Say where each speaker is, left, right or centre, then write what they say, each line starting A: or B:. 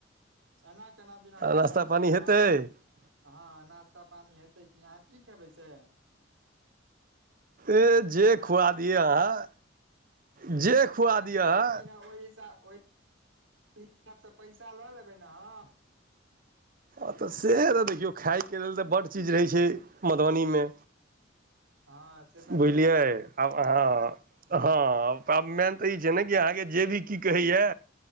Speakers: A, on the right; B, on the right.
A: एना केना बिना खुए
B: नाश्ता
A: ने पीएने
B: पानी हेतै
A: हमहुं।
B: ए
A: हँ नाश्ता पानी हेतै कि, अहाँ की खेबै से।
B: ए जे
A: आँय
B: खुआ दि हं। जे
A: आहां कहबै
B: अहाँ
A: कि नहि ओहि हिसाब ओहि हिसाब स पैसा लऽ लेबै ने हम।
B: हँ तऽ से तऽ देखियौ खायके लेल तऽ बड्ड चीज रहै छै मधुबनी में
A: हँ से तऽ
B: बुझलियै।
A: छै
B: आब हँ आब मेन तऽ ई छै ने कि अहाँके जेबी की कहैये।